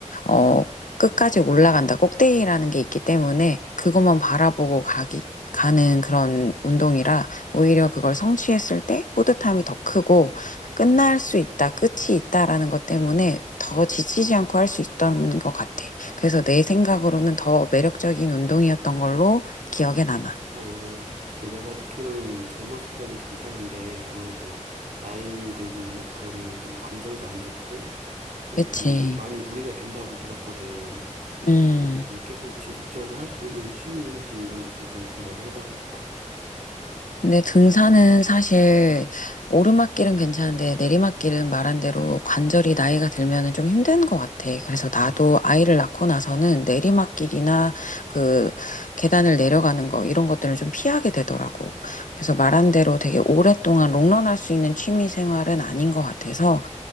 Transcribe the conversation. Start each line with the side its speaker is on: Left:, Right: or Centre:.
Left: 어, 끝까지 올라간다. 꼭대기라는 게 있기 때문에 그것만 바라보고 가기, 가는 그런 운동이라 오히려 그걸 성취했을 때 뿌듯함이 더 크고 끝날 수 있다, 끝이 있다라는 것 때문에 더 지치지 않고 할 수 있던 것 같아. 그래서 내 생각으로는 더 매력적인 운동이었던 걸로 기억에 남아.
Right: 어, 근데 내가 듣기로는 이게 젊었을 때는 괜찮은데 아무래도 나이 들고 그러면 좀 관절도 안 좋고 그-
Left: 그치.
Right: 그런 게 많이 무리가 된다고 들었거든.
Left: 음.
Right: 그래서 이게 계속 지속적으로 할 수 있는 취미인지 이런 것도 좀 고려를 해봐야 될 것 같아.
Left: 근데 등산은 사실 오르막길은 괜찮은데 내리막길은 말한 대로 관절이 나이가 들면은 좀 힘든 것 같아. 그래서
Right: 음,
Left: 나도
Right: 맞아.
Left: 아이를 낳고 나서는 내리막길이나 그 계단을 내려가는 거 이런 것들을 좀 피하게 되더라고. 그래서 말한 대로 되게 오랫동안 롱런할 수 있는 취미 생활은 아닌 것 같아서